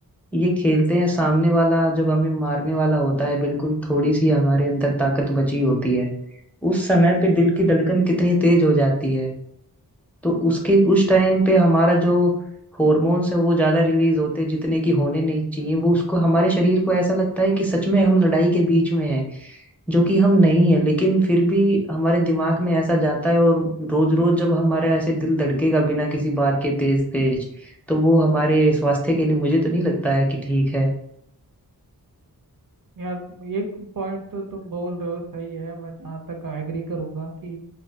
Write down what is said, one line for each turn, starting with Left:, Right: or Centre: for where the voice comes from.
Centre: ये खेलते हैं सामने वाला जब हमें मारने वाला होता है बिल्कुल थोड़ी सी हमारे अंदर ताकत बची होती है उस समय पे दिल की धड़कन कितनी तेज हो जाती है तो उसके उस टाइम पे हमारा जो हॉर्मोन्स है वो ज्यादा रिलीज होते हैं जितने की होने नहीं चाहिए वो उसको हमारे शरीर को ऐसा लगता है कि सच में हम लड़ाई के बीच में हैं जो कि हम नहीं है लेकिन फिर भी हमारे दिमाग में ऐसा जाता है और रोज रोज जब हमारा ऐसे दिल धड़केगा बिना किसी बात के तेज तेज तो वो हमारे स्वास्थ्य के लिए मुझे तो नहीं लगता है कि ठीक है
Right: यार एक पॉइंट तो तुम बोल रहे हो सही है मैं जहाँ तक एग्री करूंगा कि